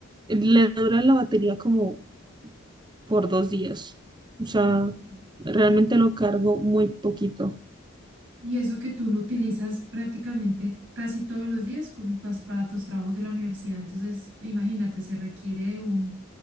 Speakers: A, on the right; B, on the right.
A: eh, le dura la batería como por dos días. O sea,
B: Mm.
A: realmente lo cargo muy poquito.
B: Y eso que tú lo utilizas prácticamente casi todos los días como pas- para tus trabajos de la universidad, entonces imagínate, se requiere de un